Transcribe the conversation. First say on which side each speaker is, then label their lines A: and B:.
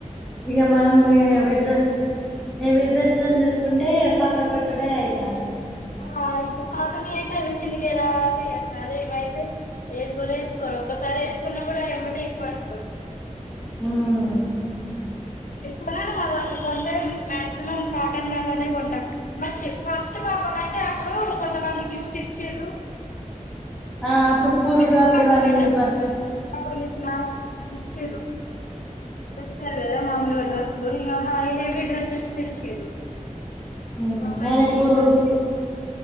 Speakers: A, in the centre; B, on the left.
A: ఇక మనము హెవీ డ్రెస్ హెవీ డ్రెస్ అని తీసుకో కుంటే పక్కకి పెట్టుడే అయితాంది
B: ఆ ఇప్పుడు కాటనియి అయితే అవి చిరిగే దాక వెయ్యొచ్చు అదే ఇవి అయితే వేసుకొనే వేసుకోరు ఒకసారి వేసుకున్నా కూడా అవి ఎమ్మటే ఇప్పమంటారు
A: ఉమ్
B: ఎప్పుడన్నా <unintelligible> కొంటం మాక్సిమం కాటన్లలోనే కొంట మంచి ఫస్ట్ పాప కంటే అప్పుడు కొంతమంది గిఫ్ట్ ఇచ్చిన్రు
A: ఆ అప్పుడు పురుడు
B: ఫస్ట్
A: అప్పుడు
B: పాప
A: అని
B: కదా
A: బ
B: చూడడానికి వచ్చినప్పుడు గిట్ల ఇచ్చిరు తెస్తారు గదా మామూలుగా డ్రెస్లు ఇగ హెవీ డ్రెసెస్ తెచ్చిర్రు
A: ఉమ్
B: మా ఫ్రెండ్స్
A: అదే
B: తీసుకొచ్చిర్రు
A: పురుడు